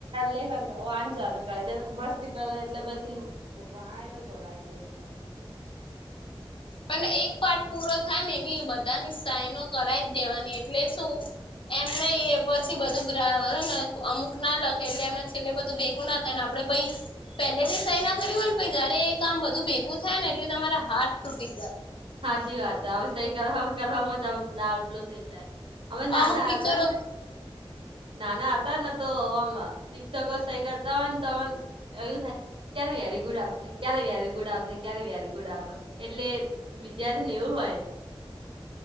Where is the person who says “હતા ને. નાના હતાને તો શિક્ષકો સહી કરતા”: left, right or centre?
Right